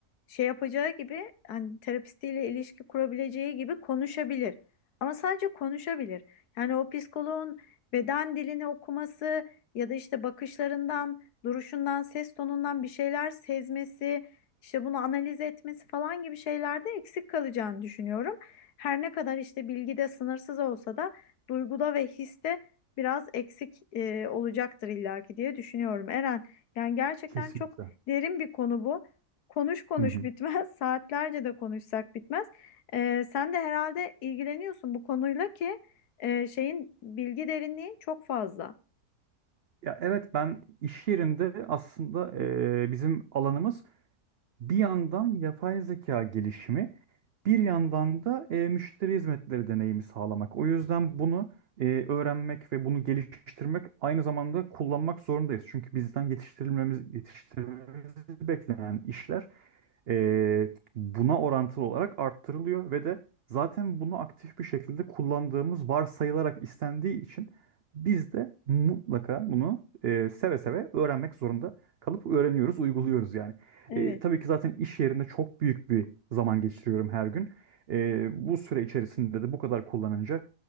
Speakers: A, on the left (about 80°); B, on the right (about 55°).
A: şey yapacağı gibi hani terapistiyle ilişki kurabileceği gibi konuşabilir. Ama sadece konuşabilir. Yani o psikoloğun beden dilini okuması ya da işte bakışlarından, duruşundan, ses tonundan bir şeyler sezmesi işte bunu analiz etmesi falan gibi şeylerde eksik kalacağını düşünüyorum. Her ne kadar işte bilgide sınırsız olsa da duyguda ve histe biraz eksik e, olacaktır illaki diye düşünüyorum. Eren, yani gerçekten
B: Kesinlikle.
A: çok derin bir konu bu. Konuş konuş
B: Hı hı.
A: bitmez, <laughs> saatlerce de konuşsak bitmez. E, sen de herhalde ilgileniyorsun bu konuyla ki e, şeyin bilgi derinliği çok fazla.
B: Ya evet ben iş yerinde aslında e, bizim alanımız bir yandan yapay zeka gelişimi, bir yandan da e, müşteri hizmetleri deneyimi sağlamak. O yüzden bunu e, öğrenmek ve bunu geliştirmek aynı zamanda kullanmak zorundayız. Çünkü bizden yetiştirilmemiz yetiştirilmemiz beklenen işler e, buna orantılı olarak arttırılıyor ve de zaten bunu aktif bir şekilde kullandığımız varsayılarak istendiği için biz de mutlaka bunu e, seve seve öğrenmek zorunda kalıp öğreniyoruz, uyguluyoruz yani.
A: Evet.
B: E, tabii ki zaten iş yerinde çok büyük bir zaman geçiriyorum her gün. E, bu süre içerisinde de bu kadar kullanınca